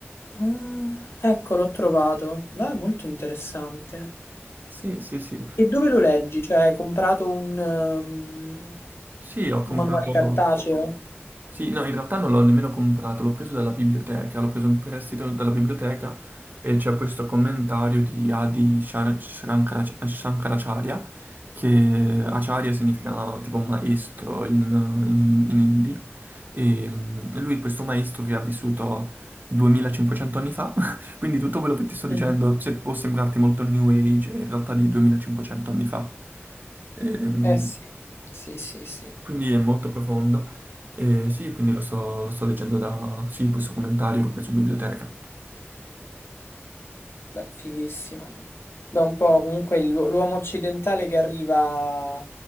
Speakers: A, on the left; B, on the right.
A: Ah, ecco, l'ho trovato. Beh, molto interessante.
B: Sì, sì, sì.
A: E dove lo leggi? Cioè, hai comprato un, ehm,
B: Sì, ho comprato...
A: un manuale cartaceo?
B: Sì, no, in realtà non l'ho nemmeno comprato, l'ho preso dalla biblioteca, l'ho preso in prestito dalla biblioteca e c'è questo commentario di Adi Shar- Shankarac- Shankaracharya, che Acharya significa tipo maestro in, in, in hindi, e mm, lui è questo maestro che ha vissuto 2500 anni fa, <laughs> quindi tutto quello che ti sto dicendo,
A: Mhm.
B: se può sembrarti molto new age, è in realtà di 2500 anni fa. Ehm,
A: Eh sì, sì, sì, sì.
B: quindi è molto profondo. E sì, quindi lo sto, lo sto leggendo da... Sì, questo commentario che ho preso in biblioteca.
A: Beh, fighissimo. Beh, un po' comunque l'u- l'uomo occidentale che arriva